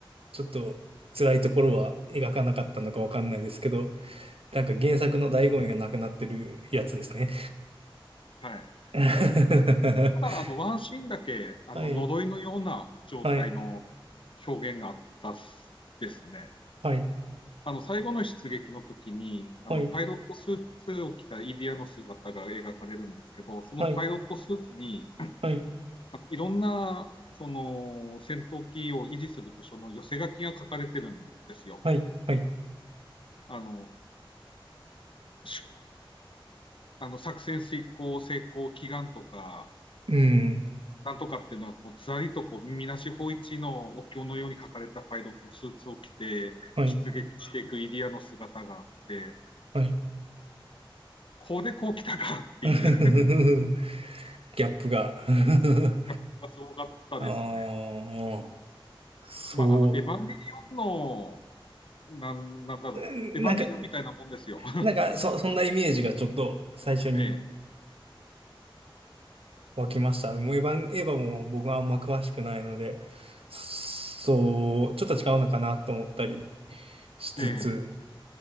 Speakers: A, on the right; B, on the left.
A: ちょっと辛いところは描かなかったのかわかんないですけど、なんか原作の醍醐味がなくなってるやつですね。
B: はい。
A: <laughs>
B: ただ、あの、ワンシーンだけ、あの、
A: はい、
B: 呪いのような状態の
A: はい、
B: 表現があったっすですね。
A: はい、
B: あの、最後の出撃の時に、あの、
A: はい、
B: パイロットスーツを着たイリアの姿が描かれるんですけど、そのパイロットスーツに、
A: はい、はい、
B: いろんな、その、戦闘機を維持する部署の寄せ書きが書かれてるんですよ。
A: はい、はい、
B: あの、しあの作戦遂行成功祈願とか、
A: うん、
B: なんとかっていうのはこう、ずらりとこう、みなし法一のお経のように書かれたパイロットスーツを着て、
A: はい、
B: 出撃していくイリアの姿があって、
A: はい。
B: こうでこう来たかっていう、
A: <laughs> ギャップが <laughs>
B: やっがすごかったですね。
A: ああ、そう。
B: まあ、あの、エヴァンゲリオンの、なん、なんだろう、
A: うんなんか、
B: エヴァンゲリオンみたいなもんですよ <laughs>。
A: なんか、そ、そんなイメージがちょっと最初に
B: ええ、
A: 湧きました。もうエヴァン、エヴァも僕はあんま詳しくないので、そう、ちょっと違うのかなと思ったりしつつ。
B: ええ、